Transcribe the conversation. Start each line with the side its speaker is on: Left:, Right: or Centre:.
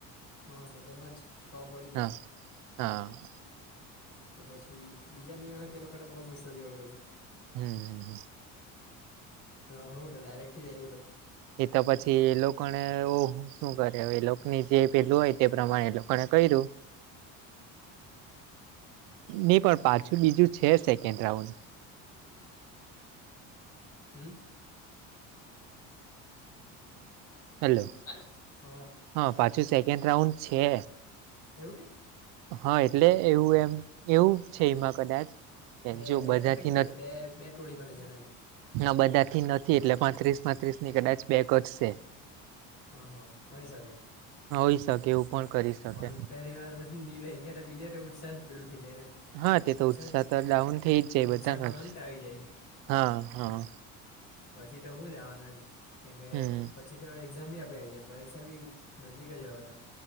Left: હા તો તેમાંજ ખબર પડી જાય.
Right: હા હા.
Left: તો પછી બીજા નિયમ તે લોકોને બહુ ગુસ્સો જોવા લાગે છે.
Right: હમ્મ હમ્મ હમ્મ.
Left: અલા એવું કે ડાયરેક્ટ થઈ જાય એવુ તો
Right: એ તો પછી એ લોકોને એઉ શું કરે છે એ લોકો ને જે પેલું હોય તે પ્રમાણે એ લોકોને કર્યું.
Left: <inaudible>
Right: નહીં પણ પાછું બીજું છે સેકન્ડ રાઉન્ડ
Left: હમ્મ.
Right: હલો.
Left: <inaudible> હો
Right: હા પાછું સેકન્ડ રાઉન્ડ છે.
Left: એવું કે?
Right: હા એટલે એવું એવું છે એમાં કદાચ કે
Left: બે
Right: જો
Left: બે
Right: બધાથી
Left: ટ્રટ કે ને બે બે ટોળી માં લઈ જના એમ
Right: ના બધા થી નથી એટલે પાંત્રીસ પાત્રીસ ની કદાચ બેક જ છે.
Left: હ હા હોઈ શકે.
Right: હોઈ શકે એવું પણ કરી શકે
Left: પણ પરિવાર ની લઈ ગયા તો બીજા ઉત્સાહ ઉઠી જાય ને
Right: હા તે તો
Left: ઉત્સાહ જ
Right: તો ડાઉન થઈ જ જાય
Left: ઉત્સાહ
Right: બધાનો
Left: નો અંત
Right: જ
Left: આવી જાય.
Right: હા હા.
Left: પછી તો હું જવાના એમ કેમ કે
Right: હમ
Left: પછી તો એક્ઝામ બી આપે આવી જાય પરીક્ષા બી નજીક જ હવે તો